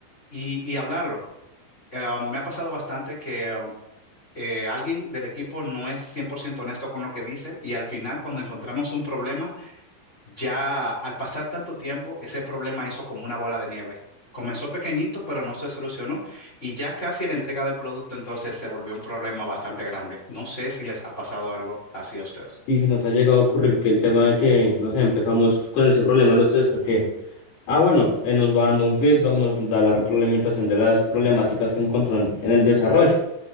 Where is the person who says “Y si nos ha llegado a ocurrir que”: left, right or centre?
Left